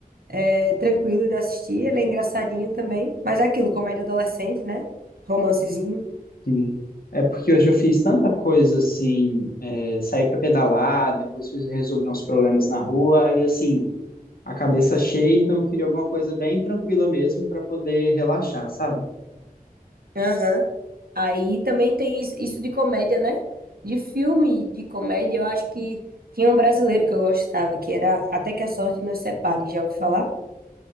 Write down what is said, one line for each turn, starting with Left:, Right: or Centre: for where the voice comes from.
Right: é, tranquilo de assistir, ele é engraçadinho também. Mas é aquilo, comédia adolescente, né? Romancezinho.
Left: Sim. É porque hoje eu fiz tanta coisa assim, é, saí para pedalar, depois fui resolver uns problemas na rua, e assim, a cabeça cheia, então eu queria alguma coisa bem tranquila mesmo para poder relaxar, sabe?
Right: Aham. Aí também tem isso isso de comédia, né? De filme de comédia, eu acho que tinha um brasileiro que eu gostava, que era Até que a Sorte Nos Separe, já ouviu falar?